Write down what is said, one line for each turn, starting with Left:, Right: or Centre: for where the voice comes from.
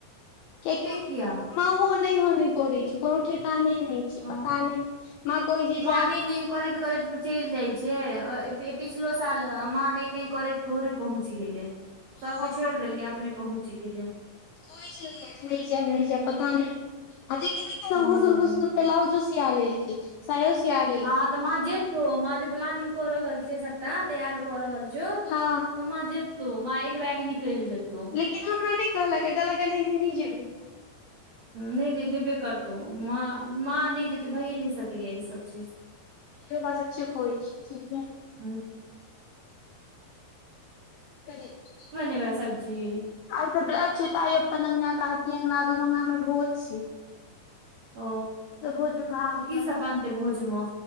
Left: कियेकि
Right: से किया
Left: मांओ नै हं नै करै छै कोनो ठेकाने नहि छै
Right: ओ
Left: पता नहि माँ कहै छै जे
Right: माँ
Left: जायब
Right: नहि नहि करैत करैत चलि जाइ छै पिछलो साल माँ नै नै करैत भोरे पहुँच गेलै। सभके
Left: हँ
Right: छोड़ि देलकै अपने पहुँच गेलै।
Left: <unintelligible> <unintelligible>
Right: हँ
Left: साया सिया लेब।
Right: हँ तऽ मां जेतौ, मां जे प्लानिंग कर रहल छै त तैयार कऽ रहल छौ
Left: हँ
Right: तऽ मां जेतौ, माँ एक बैग निकैल जेतौ। हूँ
Left: लेकिन हमरा नहि कहलके, कहलके नै नै, नै जेबै।
Right: नै नै जेबे करतौ, माँ माँ नहि जेतै, भैए नहि सकैये ई सब चीज।
Left: से बात सब चेक होइ छै
Right: हँ
Left: <unintelligible> <unintelligible>
Right: खेमें सब्जी।
Left: आइ त ब्रत छै ते आई अपन अंगना, काकी अंगना, दुनु अंगना मे भोज छै।
Right: ओ,
Left: तऽ भोज मे भात
Right: तऽ की
Left: दाइल
Right: सब बनतै भोजमे।